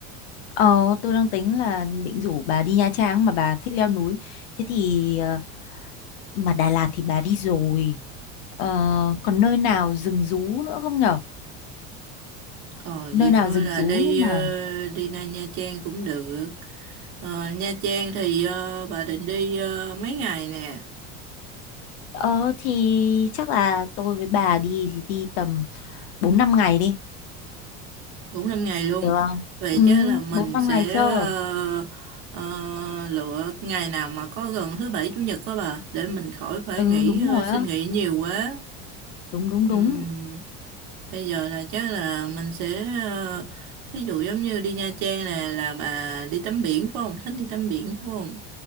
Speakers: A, on the left; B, on the right.
A: ờ tôi đang tính là định rủ bà đi Nha Trang mà bà thích leo núi thế thì ờ, mà Đà Lạt thì bà đi rồi ờ, còn nơi nào rừng rú nữa không nhở
B: Ờ,
A: nơi
B: vậy
A: nào
B: thôi
A: rừng
B: là
A: rú
B: đi
A: nhưng mà
B: ờ, đi ra Nha Trang cũng được. Ờ, Nha Trang thì ờ, bà định đi ờ, mấy ngày nè?
A: ờ thì chắc là tôi với bà đi thì đi tầm bốn năm ngày đi
B: bốn năm ngày luôn
A: được không
B: vậy
A: ừ
B: chắc là mình
A: bốn năm
B: sẽ
A: ngày chưa
B: ờ, ờ, lựa ngày nào mà có gần thứ bảy chủ nhật đó bà để mình khỏi phải
A: ừ
B: nghỉ
A: đúng
B: ờ,
A: rồi
B: xin
A: á
B: nghỉ nhiều quá
A: đúng đúng đúng
B: Ừm, bây giờ là chắc là mình sẽ ờ, thí dụ giống như đi Nha Trang là là bà đi tắm biển phải không thích đi tắm biển phải không